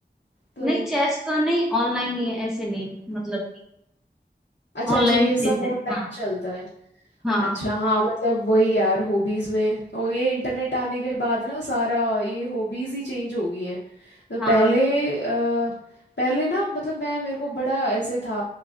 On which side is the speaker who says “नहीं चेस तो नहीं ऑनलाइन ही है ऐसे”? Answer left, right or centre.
Centre